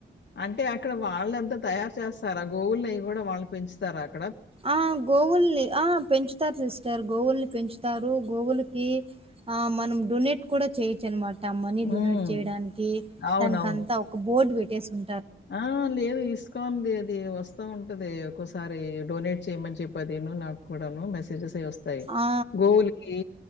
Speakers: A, on the left; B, on the right.
A: అంటే అక్కడ వాలంతా తయారు చేస్తారా గోవుల్ నెయ్ కూడా వాళ్ళు పెంచుతార అక్
B: ఆ గోవు ల్ నీ ఆ పెంచుతరు సిస్టర్ గోవుల్ నీ పెంచుతారు గోవులు కీ ఆ మనం డొనేట్ కూడా చేయొచ్ అన్ మట్ టా మనీ
A: హ్మ్.
B: డొనేట్ చేయడానికి
A: అవునవును.
B: దన్ కాంత ఒక బోర్డు బేటేస్ ఉం
A: ఆ లేదు ఇస్ కాన్ దీ అది వస్ తా ఉంటది ఒకోసారి డొనేట్ చేయమని చేపి అదీను నాక్ కుడ్ లను మెసేజెస్ ఎ వస్తయి
B: ఆ
A: గోవుల్ కి